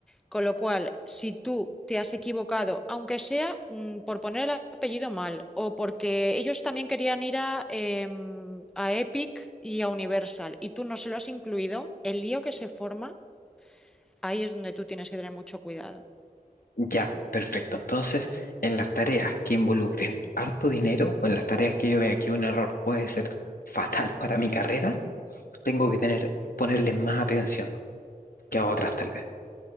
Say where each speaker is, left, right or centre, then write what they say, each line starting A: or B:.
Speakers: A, in the centre; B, on the left (about 75°).
A: Con lo cual, si tú te has equivocado, aunque sea mm, por poner el apellido mal o porque ellos también querían ir a, em, a Epic y a Universal y tú no se lo has incluido, el lío que se forma, ahí es donde tú tienes que tener mucho cuidado.
B: Ya, perfecto. Entonces, en las tareas que involucren harto dinero o en las tareas que yo vea que un error puede ser fatal para mi carrera, tengo que tener, ponerle más atención que a otras tal vez.